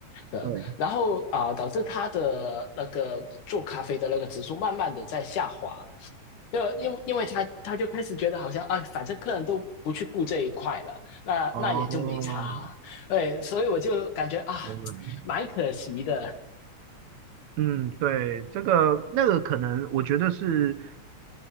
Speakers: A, on the left; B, on the right.
A: 的，
B: 对，
A: 然后啊、呃导致它的那个做咖啡的那个指数慢慢的在下滑，就因为因为他他就开始觉得好像啊，反正客人都不去顾这一块了，那那也就没差，
B: 哦，
A: 对，所以我就感觉啊，
B: 原来，
A: 蛮可惜的，
B: 嗯，对，这个那个可能，我觉得是